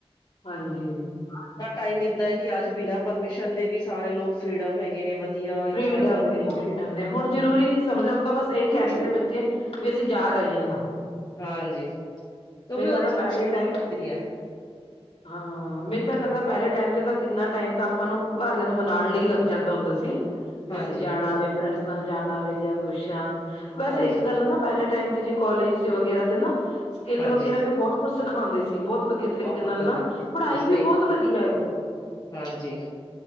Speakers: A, on the left (about 70°); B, on the left (about 40°).
A: ਹਾਂਜੀ।
B: ਅੱਜ ਦਾ ਟਾਈਮ ਐਦਾਂ, ਕਿ ਅੱਜ ਬਿਨਾਂ ਪਰਮਿਸ਼ਨ ਦੇ ਵੀ ਸਾਰੇ ਲੋਕ ਫ੍ਰੀਡਮ ਏ ਇਹ ਨੇ ਵਧੀਆ।
A: ਫਰੀਡਮ
B: ਇੰਜੋਏ ਕਰਦੇ
A: ਨੇ, ਫਰੀਡਮ ਨੇ ਹੁਣ ਜ਼ਰੂਰੀ ਨਹੀ ਸਮਝਦੇ ਹੁਣ ਤਾਂ ਬਸ ਇਹ ਕਹਿੰਦੇ
B: ਖੁਸ਼
A: ਨੇ ਬੱਚੇ। ਵੇ ਅਸੀਂ ਜਾ ਰਹੇ ਹਾਂ।
B: ਹਾਂਜੀ, ਤੋਂ
A: ਮੈਨੂੰ
B: ਵੀ ਉਹਦੇ
A: ਲੱਗਦਾ
B: 'ਚ ਖੁਸ਼ੀ
A: ਪਹਿਲੇ
B: ਨਹੀਂ
A: ਟਾਈਮ
B: ਹੁੰਦੀ ਹੈ।
A: ਹਾਂ ਮੈਨੂੰ ਤਾਂ ਲੱਗਦਾ, ਪਹਿਲੇ ਟਾਈਮ ਤੇ ਤਾਂ ਕਿੰਨਾ ਟੈਮ ਤਾਂ ਆਪਾਂ ਨੂੰ ਘਰਦਿਆਂ ਨੂੰ ਮਨਾਉਣ ਲਈ ਲੱਗ ਜਾਂਦਾ ਹੁੰਦਾ ਸੀ। ਵੈਸੇ
B: ਹਾਂਜੀ
A: ਜਾਣਾ ਵੇ, ਫਰੈਂਡਸ ਨਾਲ ਜਾਣਾ ਵੇ ਜਾਂ ਕੁਛ ਹਾਂ, ਵੈਸੇ
B: ਹਾਂਜੀ
A: ਇੱਕ ਗੱਲ ਨਾ। ਪਹਿਲੇ ਟੈਮ ਤੇ ਜੇ ਕੋਲਜ ਵਗੈਰਾ ਤੇ ਨਾ, ਸਕਿਲ
B: ਹਾਂਜੀ
A: ਵਗੈਰਾ ਵੀ ਬਹੁਤ ਕੁਛ ਸਿਖਾਂਦੇ ਸੀ। ਬਹੁਤ, ਵਧੀਆ
B: ਬਹੁਤ
A: ਤਰੀਕੇ ਨਾਲ ਨਾ, ਪੜਾਈ
B: ਹਾਂਜੀ ਸਹੀ
A: ਵੀ ਬਹੁਤ ਵਧੀਆ ਏ।
B: ਹਾਂਜੀ